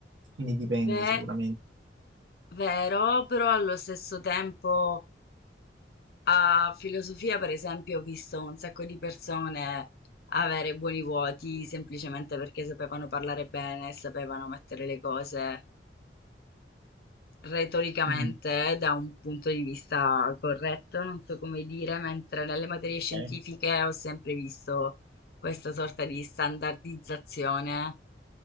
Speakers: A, on the right; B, on the left.
A: Quindi dipende
B: Beh,
A: sicuramente.
B: Vero, però allo stesso tempo a filosofia, per esempio, ho visto un sacco di persone avere buoni voti semplicemente perché sapevano parlare bene, sapevano mettere le cose retoricamente
A: Mm.
B: eh, da un punto di vista corretto, non so come dire, mentre nelle materie
A: Ok.
B: scientifiche ho sempre visto questa sorta di standardizzazione